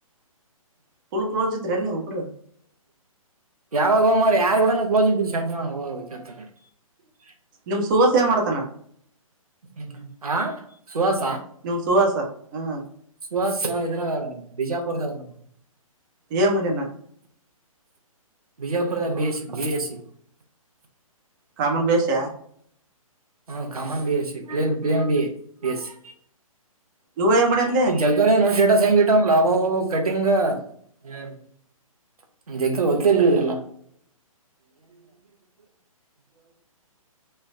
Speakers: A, on the right; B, on the right.
A: ಫುಲ್ ಕ್ಲೋಸ್ ಇದ್ರೇನ್ ನೀವ್ ಒಬ್ರು
B: ಯಾವಾಗೋ ಯಾರ ಕೂಡನು ಕ್ಲೋಸ್ ಇದ್ದೀರಿ ಶಂಕ್ರಣ <unintelligible>
A: ನಿಮ್ ಸುವಾಸ ಏನ್ ಮಾಡ್ತಾನ?
B: ಹ್ಮ ಆ ಸುವಾಸ
A: ನಿಮ್ ಸುಹಾಸ ಹ್ಮ್
B: ಸುವಾಸ ಇದ್ರಾಗ ಬಿಜಾಪುರದಗ್ ಅನ.
A: ಏನ್ ಮಾಡಿಯನ
B: ಬೀಜಾಪುರದಾಗ್ B SC B S C.
A: Common ಬೆಸ್ಸಿಯಾ
B: ಹ common B S C plain plain B B S C.
A: ನೀವ ಏನ್ ಮಾಡಯನ್
B: ಈ ಜಗ್ಗರೆ ನೋಟೆಡ್ ಸೈನ್ ಗಿಟಂ ಲಾಭ ಕಟಿಂಗ <unintelligible> ಇದುನ್